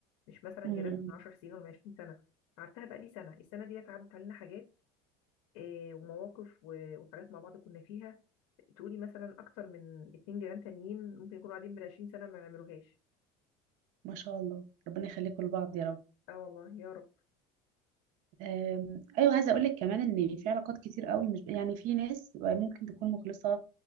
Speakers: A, on the left; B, on the right.
A: مش مثلا
B: م-
A: جيران من 10 سنين ولا من 20 سنه عارفاها بقى لي سنه السنه ديت عدت علينا حاجات آه، ومواقف و- وحاجات مع بعض كنا فيها تقولي مثلا اكتر من اتنين جيران تانيين ممكن يكونوا قاعدين من 20 سنه ما يعملوهاش
B: ما شاء الله ربنا يخليكم لبعض يا رب
A: اه والله يا رب
B: أم، ايوه عايزه اقول لك كمان ان في علاقات كتير قوي مش يعني في ناس ممكن تكون مخلصه